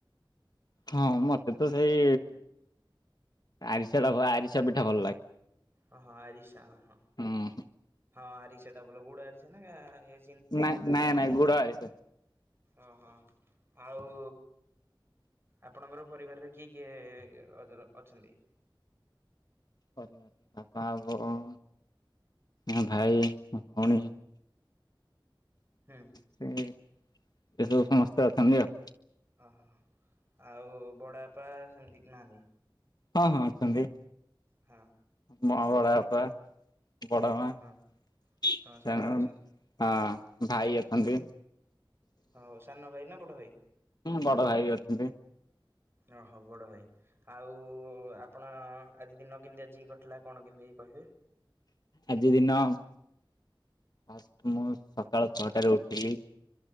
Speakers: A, on the left; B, on the right.
A: ହଁ ମତେ ତ ସେଇ ଆରିସାଟା ଆରିସା ପିଠା ଭଲ ଲାଗେ।
B: ଓ ହଁ ଆରିସା ହଁ
A: ହୁଁ
B: ହଁ ଆରିସାଟା ଭଲ ଗୁଡ ଆରିସା ଗାଁ ଏ
A: ନାଇଁ ନାଇଁ ନାଇଁ ଗୁଡ ଆରିସା।
B: ଓ ହଁ ଆଉ ଆପଣଙ୍କର ପରିବାରରେ କିଏ କିଏ ଅଦର୍ ଅଛନ୍ତି?
A: ପରିବାରରେ ବାପା ବୋଉ ଆଉ ଭାଇ ମୋ ଭଉଣୀ
B: ହୁଁ।
A: ସେଇ ଏ ସବୁ ସମସ୍ତେ ଅଛନ୍ତି ଆଉ।
B: ଅ ହ, ଆଉ ବଡ଼ପା ସେମିତି ନାହାନ୍ତି?
A: ହଁ ହଁ ଅଛନ୍ତି।
B: ହଁ।
A: ମୋ ବଡ଼ ବାପା ବଡ଼ମା
B: ହଁ
A: <unintelligible>
B: ହଁ ସମସ୍ତେ ଅଛନ୍ତି।
A: ହଁ ଭାଇ ଅଛନ୍ତି।
B: ହଉ ସାନ ଭାଇ ନା ବଡ ଭାଇ
A: ବଡ ଭାଇ ବି ଅଛନ୍ତି
B: ଓହୋ ବଡ ଭାଇ। ଆଉ ଆପଣ ଆଜି ଦିନ କେମିତି ଆଜି କଟିଲା କଣ କେମିତି କହିବେ।
A: ଆଜି ଦିନ ଫାଷ୍ଟ ମୁଁ ସକାଳ ଛଅଟାରେ ଉଠିଲି।